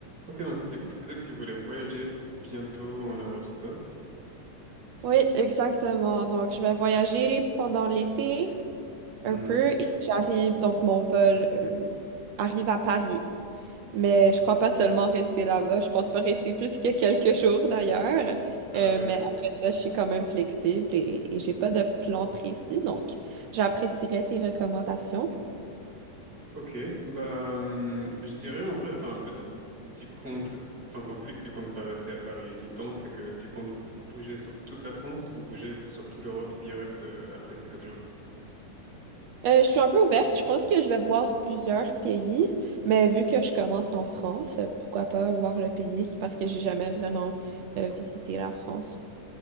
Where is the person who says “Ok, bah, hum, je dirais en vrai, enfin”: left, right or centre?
Right